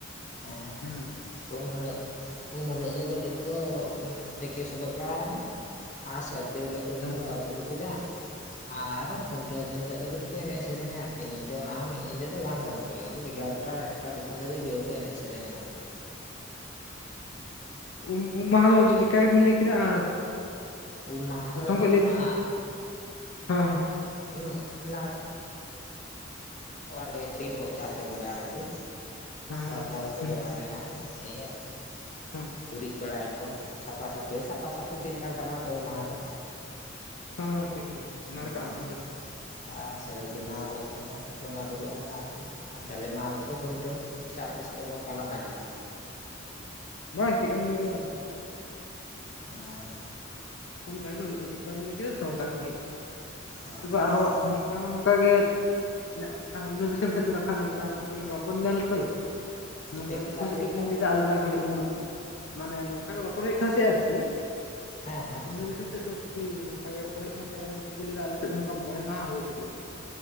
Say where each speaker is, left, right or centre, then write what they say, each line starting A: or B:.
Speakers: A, on the left; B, on the left.
A: ᱦᱮᱸᱦᱮᱸ
B: ᱦᱮᱸ
A: ᱩᱢ ᱦᱤᱞᱚᱜ ᱩᱢ ᱦᱤᱞᱚᱜ ᱫᱚ ᱠᱟᱹᱴᱤᱡ ᱠᱚ ᱛᱮᱠᱮ ᱥᱚᱵᱚᱫ ᱵᱟᱲᱟᱭᱱᱟ ᱟᱨ ᱥᱟᱹᱨᱫᱤ ᱦᱤᱞᱳᱜ ᱠᱚᱨᱮᱜ
B: ᱦᱮᱸ
A: ᱜᱮ ᱵᱚᱸᱜᱟ ᱵᱩᱨᱩ ᱠᱮᱫᱟ ᱟᱨ ᱠᱷᱩᱱᱴᱟᱹᱣ ᱫᱤᱱ ᱦᱤᱞᱳᱜ ᱫᱚ ᱠᱟᱹᱴᱤᱡ ᱠᱚ ᱮᱱᱮᱡ ᱥᱮᱨᱮᱧᱟ ᱟᱨᱠᱤ ᱧᱤᱫᱟᱹ ᱚᱱᱟ ᱦᱚᱸ ᱢᱤᱫ ᱧᱤᱫᱟᱹ ᱫᱚ ᱵᱟᱝ ᱜᱚᱝᱠᱮ ᱳᱭ ᱮᱜᱟᱨᱚᱴᱟ ᱮᱠᱴᱟ ᱫᱩᱴᱟ ᱫᱷᱟᱹᱵᱤᱡ ᱡᱳᱨ ᱠᱚ ᱮᱱᱮᱡ ᱥᱮᱨᱮᱧᱟ ᱟᱨᱠᱤ
B: ᱩᱸᱦᱩᱸᱜ ᱩᱢ ᱩᱢ ᱢᱟᱦᱟ ᱦᱤᱞᱳᱜ ᱫᱚ ᱪᱮᱫᱠᱟ ᱜᱮᱵᱤᱱ ᱞᱟᱹᱭ ᱠᱮᱫᱟ ᱟᱨ
A: ᱩᱢ ᱢᱟᱦᱟ
B: ᱯᱨᱚᱛᱷᱚᱢ
A: ᱦᱤᱞᱳᱜ
B: ᱠᱷᱚᱡ
A: ᱫᱚ
B: ᱞᱟᱹᱭ
A: ᱚᱱᱟ
B: ᱵᱤᱱ ᱦᱮᱸ ᱦᱮᱸ
A: <unintelligible> ᱞᱟᱱᱠᱟ <unintelligible> ᱵᱚᱞᱮ ᱟᱨᱠᱤ
B: ᱦᱮᱸ ᱦᱮᱸ
A: ᱨᱟᱪᱟ ᱠᱚᱠᱚ
B: ᱦᱩᱸ
A: ᱡᱚᱜ
B: ᱦᱩᱸ
A: ᱵᱟᱲᱟᱭᱟ ᱮᱭ <unintelligible>
B: ᱦᱮᱸ
A: ᱜᱩᱨᱤᱡ ᱵᱟᱲᱟᱭ ᱟᱠᱚ ᱥᱟᱯᱷᱟ ᱥᱟᱹᱯᱷᱤ ᱥᱟᱯᱷᱟ ᱥᱟᱹᱯᱷᱤ ᱫᱤᱱ ᱠᱟᱱ ᱛᱟᱵᱚᱱᱟ ᱛᱚ ᱩᱢ ᱢᱟᱦᱟ ᱫᱚ
B: ᱦᱚᱸ ᱴᱷᱤᱠ ᱴᱷᱤᱠ ᱴᱷᱤᱠ
A: ᱦᱩᱸ
B: ᱱᱟᱲᱠᱟ
A: ᱦᱩᱸ
B: ᱟᱵᱚ ᱡᱷᱚᱛᱚ ᱦᱚᱲ
A: ᱟᱨ ᱥᱟᱹᱨᱫᱤ ᱢᱟᱦᱟ ᱦᱤᱞᱳᱜ ᱫᱚ ᱚᱱᱮ ᱵᱚᱸᱜᱟ ᱵᱩᱨᱩᱜ ᱟᱵᱚᱱ ᱟᱨᱠᱤ ᱟᱨ ᱡᱟᱞᱮ ᱢᱟᱦᱟ ᱦᱤᱞᱳᱜ ᱫᱚ ᱠᱷᱩᱱᱴᱟᱹᱣ ᱥᱮ ᱟᱯᱮ ᱥᱮᱫ ᱫᱚ ᱜᱚᱝᱠᱮ ᱟᱞᱟᱫᱟ ᱜᱮᱭᱟ
B: ᱵᱟᱝ ᱪᱮᱫ ᱞᱮᱠᱟ ᱵᱤᱱ ᱞᱟᱹᱭ ᱠᱮᱫᱟ ᱚᱱᱠᱟ ᱜᱮ
A: ᱦᱮᱸ
B: ᱚᱱᱠᱟ ᱜᱮ ᱦᱩᱭᱩᱜ-ᱟ ᱪᱤᱠᱠᱟ ᱵᱤᱱ ᱞᱟᱹᱭ ᱠᱮᱫᱟ ᱥᱮ ᱚᱱᱠᱟ ᱜᱮ ᱦᱩᱭᱩᱜ-ᱟ
A: ᱚ
B: ᱛᱚᱵᱮ
A: ᱦᱮᱸ
B: ᱟᱨᱚ
A: ᱛᱚ
B: ᱢᱤᱫᱴᱟᱝ ᱱᱚᱝᱠᱟ ᱜᱮ <unintelligible> ᱱᱚᱝᱠᱟ
A: ᱪᱮᱫᱠᱟ
B: ᱩᱱᱠᱩ ᱥᱮᱫ
A: ᱪᱮᱫᱠᱟ
B: ᱫᱚᱠᱤᱱ ᱞᱟᱹᱭᱫᱟ ᱟᱞᱟᱫᱟ ᱜᱮ ᱦᱩᱭᱩᱜ ᱠᱟᱱᱟ ᱢᱟᱱᱮ ᱱᱚᱝᱠᱟ ᱜᱮ ᱨᱚᱯᱚᱲ ᱦᱩᱭᱩᱜ ᱠᱟᱱᱟ ᱥᱮ ᱟᱨᱠᱤ
A: ᱦᱮᱸ ᱦᱮᱸ
B: ᱟᱞᱮ ᱫᱤᱥᱚᱢ ᱥᱮᱫ ᱫᱚ ᱟᱨᱠᱤ ᱱᱚᱝᱠᱟ ᱜᱮ ᱨᱚᱯᱚᱲ ᱦᱩᱭᱩᱜ ᱠᱟᱱ ᱛᱮᱦᱮᱫ ᱟ ᱩᱱᱠᱩ ᱠᱚ ᱞᱟᱹᱭ ᱫᱟ ᱟᱞᱮ ᱥᱮᱫ ᱱᱚᱝᱠᱟ ᱢᱚᱬᱮ ᱢᱟᱦᱟ ᱦᱩᱭᱩᱜ ᱜᱮᱭᱟ